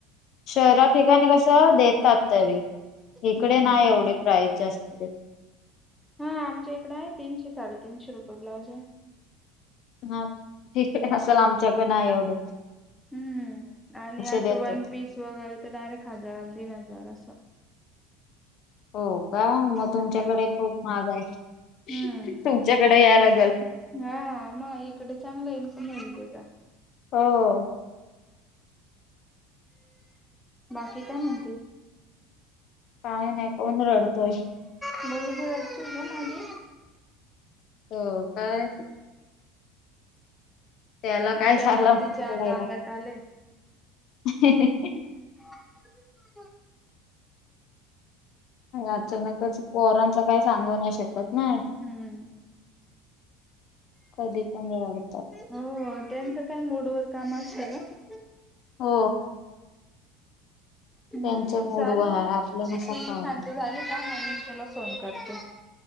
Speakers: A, on the left; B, in the centre.
A: शहरा ठिकाणी कस देतात तरी इकडे
B: हम्म
A: नाही
B: हम्म
A: एवढी प्राईज जास्त. <unintelligible>
B: हा आमच्या इकडे आहे साडेतीनशे तीनशे रुपये ब्लाउज आहे.
A: हा ठीक असल आमच्याकडे नाही एवढ
B: हम्मम आणि असं
A: देतात.
B: वन पीस वगैरे तर डायरेक्ट, हजार दीड हजार असं
A: हो का मग तुमच्याकडे
B: हम्म
A: खूप महाग आहे.
B: हम्म
A: तुमच्याकडे याय लागेल.
B: हा म इकडे चांगला इनकम होईल तुझा.
A: हो.
B: बाकी काय म्हणते?
A: काय नाही. कोण रडतोय?
B: बरोबर तुझं माझं
A: हो काय त्याला काय
B: अच्यानाक
A: झालं
B: आता तिच्या
A: रडायला.
B: अंगात आलंय
A: <unintelligible>
B: <inaudible>
A: अचानकच कोरांचा काही सांगू नाही शकत ना
B: हम्म हम्म
A: कधी पणवत
B: हो त्यांचं काय मूड वर काम असतं ग
A: हो
B: हम्म
A: त्यांच्या मूडवर
B: चालेल
A: हाय आपल्यानुसार
B: ती
A: काय होणार
B: शांत झाली का म मी तुला फोन करते त